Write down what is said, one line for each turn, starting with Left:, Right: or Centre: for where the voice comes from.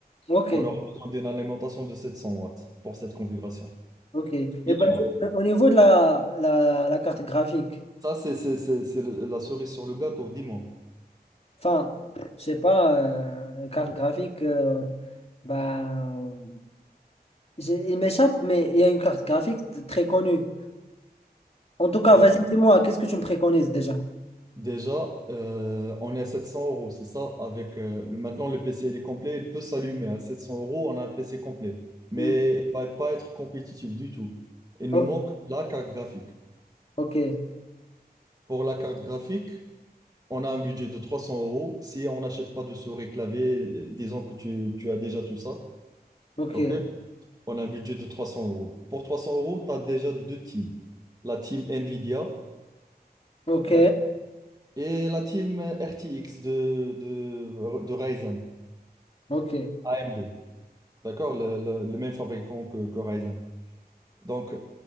Left: ok,
Right: On aura besoin d'une alimentation de 700 watts pour cette configuration.
Left: ok. Et
Right: Minimum.
Left: ben, au niveau de la, la, la carte graphique,
Right: Ça, c'est c'est- c'est- c'est le- la cerise sur le gâteau, dis-moi.
Left: enfin, je sais pas, euh, la carte graphique, euh, ben, j'ai- il m'échappe, mais il y a une carte graphique t- très connue. En tout cas,
Right: Ben,
Left: vas-y, dis-moi, qu'est-ce que tu me préconises déjà?
Right: déjà, euh, on est à 700 euros, c'est ça? Avec, euh, le, maintenant, le PC il est complet, il peut s'allumer. À 700 euros, on a un PC complet. Mais
Left: Mm.
Right: il ne va pas être compétitif du tout. Il
Left: O-
Right: nous manque la carte graphique.
Left: Ok,
Right: Pour la carte graphique, On a un budget de 300 euros. Si on n'achète pas de souris clavier, euh, disons que tu, tu as déjà tout ça,
Left: ok,
Right: OK? On a un budget de 300 euros. Pour 300 euros, tu as déjà deux teams. La team NVIDIA,
Left: ok,
Right: d'accord, et la team euh, RTX de, de, de Ryzen,
Left: ok.
Right: AMD, d'accord, le, le- le même fabricant que, que Ryzen. Donc